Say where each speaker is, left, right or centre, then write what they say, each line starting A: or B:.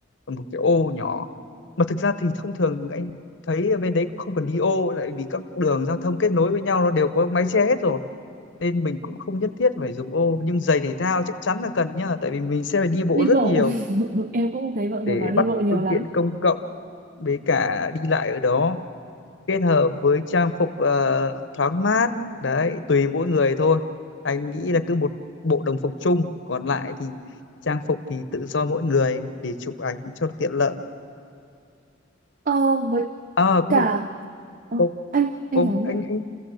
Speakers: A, on the left (about 70°); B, on the right (about 45°).
A: là một cái ô nhỏ mà thực ra thì thông thường anh thấy ở bên đấy cũng không cần đi ô lại vì các đường giao thông kết nối với nhau nó đều có mái che hết rồi nên mình cũng không nhất thiết phải dùng ô nhưng giày thể thao chắc chắn là cần nhá tại vì mình sẽ phải đi bộ
B: Đi
A: rất
B: bộ.
A: nhiều
B: <laughs> Em cũng thấy mọi người
A: để
B: bảo đi
A: bắt
B: bộ nhiều
A: phương
B: lắm.
A: tiện công cộng với cả đi lại ở đó kết hợp với trang phục ờ, thoáng mát đấy tùy mỗi người thôi anh nghĩ là cứ một bộ đồng phục chung còn lại thì trang phục thì tự do mỗi người để chụp ảnh cho tiện lợi
B: Ờ, với
A: à
B: cả
A: có một
B: Ờ,
A: có,
B: anh anh
A: có
B: nói
A: anh
B: gì ạ?
A: anh